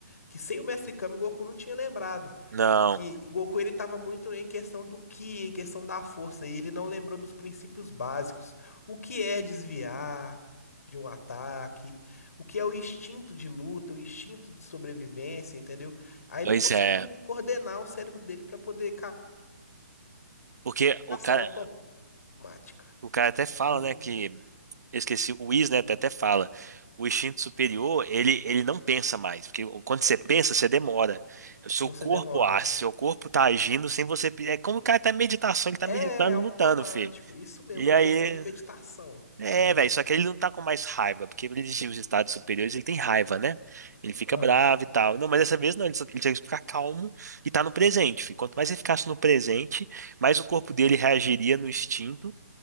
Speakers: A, on the left (about 60°); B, on the right (about 75°).
A: Que sem o Mestre Kami o Goku não tinha lembrado.
B: Não,
A: que o Goku ele estava muito em questão do ki, em questão da força, e ele não lembrou dos princípios básicos. O que é desviar de um ataque, o que é o instinto de luta, o instinto de sobrevivência, entendeu? Aí
B: pois
A: ele conseguiu
B: é.
A: coordenar o cérebro dele para poder ca-
B: Porque o
A: ação
B: cara,
A: automática.
B: o cara até fala,
A: Hum,
B: né, que eu esqueci, o Is, né, até fala, o instinto superior, ele, ele não pensa mais, porque quando você pensa, você demora. O seu
A: você
B: corpo
A: demora.
B: age, seu corpo tá agindo sem você... pe- É como o cara tá em meditação, ele tá
A: É
B: meditando,
A: automático,
B: lutando, filho.
A: isso mesmo,
B: E
A: foi
B: aí...
A: questão de meditação.
B: É,
A: Ah,
B: velho, só que ele não tá com mais raiva, porque ele diz os estados superiores, ele tem raiva, né? Ele fica
A: Aham.
B: bravo e tal. Não, mas dessa vez não, ele só- ele tem que ficar calmo e tá no presente, filho. Quanto mais ele ficasse no presente, mais o corpo dele reagiria no instinto,